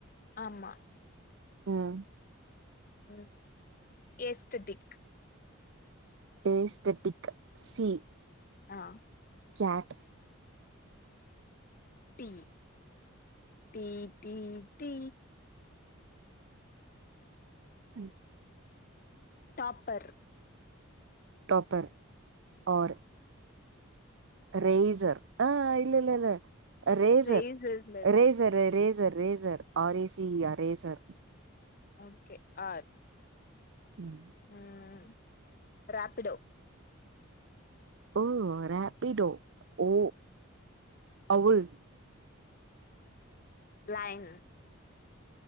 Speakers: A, on the left (about 40°); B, on the right (about 60°).
A: ஆமா
B: ம்
A: ம் ஏஸ்தடிக்
B: ஏஸ்தட்டிக் சி
A: ஆ
B: chat
A: T T T T
B: ம்
A: டாப்பர்
B: டாப்பர் ஓர் ரேசர் ஆ இல்ல இல்ல இல்ல ரேசர்
A: ரேசர்ல இருக்கு
B: racer racer R AC C R racer
A: okay R
B: ம்
A: ம் ராப்பிடோ
B: ஓ ரப்பிடோ ஓ அவுல்
A: லைன்